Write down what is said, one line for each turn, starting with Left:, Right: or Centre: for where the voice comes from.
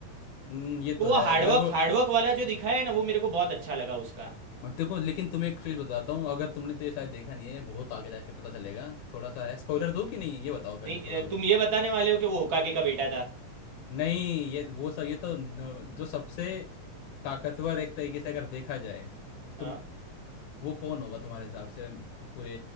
Left: हम्म ये
Right: तो
Left: तो
Right: वो
Left: है
Right: हार्डवर्क
Left: अगर वो
Right: हार्डवर्क वाला जो दिखाया है ना वो मेरे को बहुत अच्छा लगा उसका
Left: देखो लेकिन तुम्हें एक चीज बताता हूँ अगर तुमने तो ये शायद देखा नहीं है बहुत आगे जाके पता चलेगा थोड़ा सा है स्पॉइलर दूँ कि नहीं ये बताओ पहले
Right: नहीं
Left: थोड़ा बहुत
Right: तुम ये बताने वाले हो कि वो होकागे का बेटा था
Left: नहीं ये वो सब ये तो न- जो सबसे ताकतवर एक तरीके से अगर देखा जाए वो तुम
Right: हाँ
Left: वो कौन होगा तुम्हारे हिसाब से पूरे